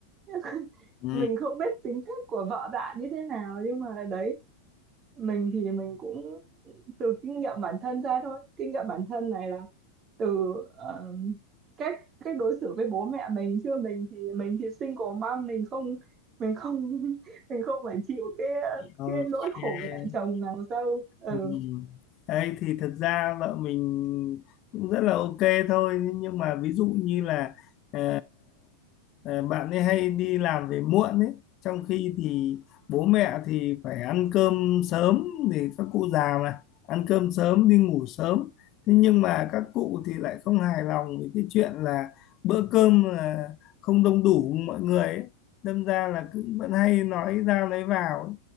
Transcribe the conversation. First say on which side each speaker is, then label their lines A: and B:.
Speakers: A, on the right (about 30°); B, on the left (about 35°).
A: <laughs>
B: Ừ.
A: mình không biết tính cách của vợ bạn như thế nào nhưng mà đấy mình thì mình cũng từ kinh nghiệm bản thân ra thôi kinh nghiệm bản thân này là từ ờ, cách cách đối xử với bố mẹ mình chứ mình thì mình thì single mom mình không mình không <laughs> mình không phải chịu cái
B: ok
A: cái nỗi khổ mẹ chồng nàng dâu ừ
B: Ừ. Đấy, thì thật ra vợ mình cũng rất là ok thôi nhưng mà ví dụ như là ờ, ờ, bạn ấy hay đi làm về muộn ấy trong khi thì bố mẹ thì phải ăn cơm sớm thì các cụ già mà ăn cơm sớm đi ngủ sớm thế nhưng mà các cụ thì lại không hài lòng với cái chuyện là bữa cơm là không đông đủ mọi người ấy. Đâm ra là cứ vẫn hay nói ra lấy vào ấy.